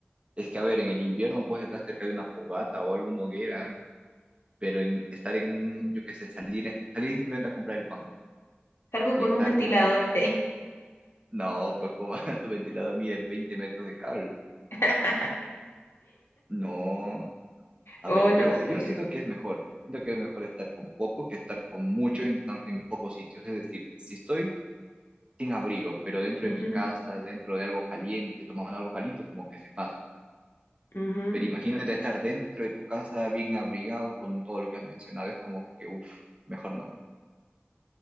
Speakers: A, on the right; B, on the left.
A: es que a ver, en el invierno puedes estar cerca de una fogata o alguna hoguera, algo, pero en estar en un, yo qué sé, salir, salir simplemente a comprar el pan
B: Salgo
A: y
B: con
A: estar
B: un ventilador.
A: con, no, pues como <laughs> tu ventilador mide 20 metros de cable.
B: <laughs>
A: No, A
B: Oh,
A: ver,
B: no
A: yo,
B: sé.
A: yo siento que es mejor. Siento que es mejor estar con poco que estar con mucho en, tan- en pocos sitios. Es decir, si estoy sin abrigo, pero dentro
B: Ujú,
A: de mi casa, dentro de algo caliente, tomando algo caliente, como que se pasa.
B: ujú.
A: Pero imagínate estar dentro de tu casa bien abrigado con todo lo que has mencionado. Es como que, uff, mejor no.